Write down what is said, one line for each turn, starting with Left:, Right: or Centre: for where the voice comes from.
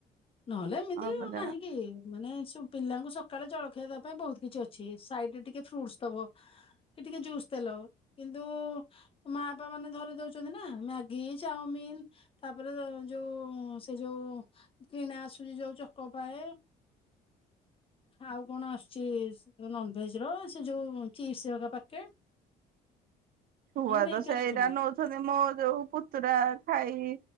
Left: ନହେଲେ ଏମିତି
Right: ଅଳ୍ପ ଜାଗା
Left: ନାହିଁ କି ମାନେ ସବୁ ପିଲାଙ୍କୁ ସକାଳେ ଜଳଖିଆ ଦେବା ପାଇଁ ବହୁତ କିଛି ଅଛି ସାଇଡରେ ଟିକେ ଫ୍ରୁଟସ ଦବ କି ଟିକେ ଜୁସ୍ ଦେଲ କିନ୍ତୁ ମାପା ମାନେ ଧରି ଦଉଛନ୍ତି ନା ମ୍ୟାଗି ଚାଓମିିନ ତାପରେ ଯୋଉ ସେ ଯୋଉ କିଣା ଆସୁଛି ଯୋଉ ଚକୋ ପାଏ ଆଉ କଣ ଆସୁଛି ନନଭେଜ ର ସେ ଯୋଉ ଚିପ୍ସ ହିରିକା ପ୍ୟାକେଟ
Right: ଶୁଆ
Left: ନେଇକି
Right: ତ ସେଇଟା
Left: ଆସୁଛନ୍ତି
Right: ନଉଛନ୍ତି ମୋ ଯୋଉ ପୁତୁରା ଖାଇ